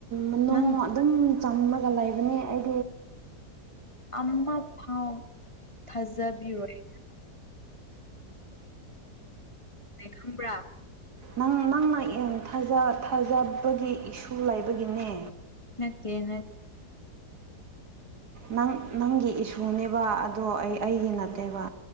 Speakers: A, on the right; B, on the left.
A: ꯃꯅꯨꯡ
B: ꯅꯪ
A: ꯑꯗꯨꯝ ꯆꯝꯃꯒ ꯂꯩꯕꯅꯦ ꯑꯩ
B: ꯑꯃ ꯐꯥꯎ ꯊꯥꯖꯕꯤꯔꯣꯏ ꯈꯪꯕ꯭ꯔꯥ
A: ꯅꯪ ꯅꯪꯅ ꯊꯥꯖꯕꯒꯤ ꯏꯁꯨ ꯂꯩꯕꯒꯤꯅꯦ
B: ꯅꯠꯇꯦ ꯅ
A: ꯅꯪ ꯅꯪꯒꯤ ꯏꯁꯨꯅꯦꯕ ꯑꯗꯣ ꯑꯩ ꯑꯩꯒꯤ ꯅꯠꯇꯦꯕ